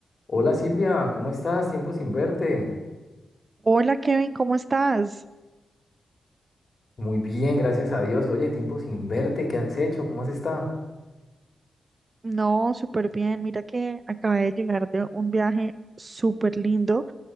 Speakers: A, on the left (about 50°); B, on the right (about 45°).
A: Hola Silvia, ¿cómo estás? Tiempo sin verte.
B: Hola Kevin, ¿cómo estás?
A: Muy bien, gracias a Dios. Oye, tiempo sin verte, ¿qué has hecho? ¿Cómo has estado?
B: No, súper bien. Mira que acabé de llegar de un viaje súper lindo.